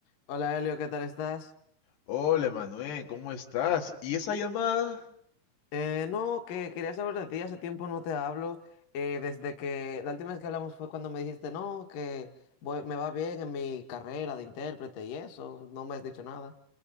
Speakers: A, on the left (about 65°); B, on the left (about 85°).
A: Hola Elio, ¿qué tal estás?
B: Hola, Manuel, ¿cómo estás? ¿Y esa llamada?
A: Eh, no, que quería saber de ti, hace tiempo no te hablo, eh, desde que la última vez que hablamos fue cuando me dijiste, no, que voy- me va bien en mi carrera de intérprete y eso, no me has dicho nada.